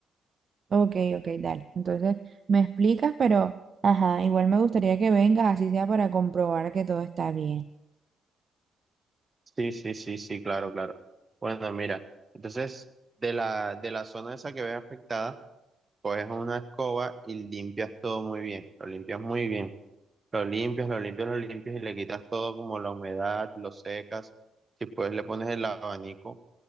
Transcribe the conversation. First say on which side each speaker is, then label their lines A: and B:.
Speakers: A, on the right; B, on the right.
A: Ok, ok, dale. Entonces me explicas, pero ajá, igual me gustaría que vengas, así sea para comprobar que todo está bien.
B: Sí, sí, sí, sí, claro, claro. Bueno, mira, entonces de la, de la zona esa que ves afectada, coges una escoba y limpias todo muy bien, lo limpias muy bien, lo limpias, lo limpias, lo limpias y le quitas todo como la humedad, lo secas, si puedes le pones el abanico